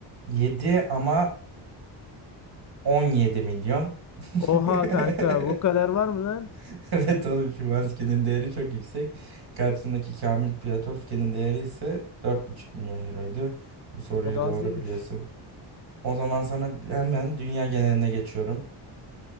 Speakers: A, on the right; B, on the left.
A: 7 ama 17 milyon. <laughs>
B: Oha kanka bu kadar var mı lan?
A: Evet oğlum Szymanski'nin değeri çok yüksek. Karşısındaki Kamil Piatowski'nin değeri ise dört buçuk milyon euroydu. Bu soruyu
B: O da
A: doğru
B: az değilmiş.
A: biliyorsun. O zaman sana hemen dünya geneline geçiyorum.